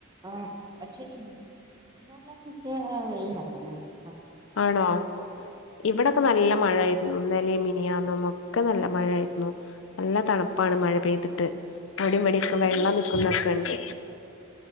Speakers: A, on the right (about 20°); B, on the left (about 70°).
A: ആഹ് പക്ഷെ ഇന്നെലെ പക്ഷേ വെയിലായിരുന്നുട്ടൊ
B: ആണോ ഇവിടൊക്കെ നല്ല മഴായിരുന്നു ഇന്നലേം മിനിയാന്നും ഒക്കെ നല്ല മഴയായിരുന്നു നല്ല തണുപ്പാണ് മഴ പെയ്തിട്ട് അവിടിം ഇവിടൊക്കെ വെള്ളം നിക്കുനോക്കണ്ട്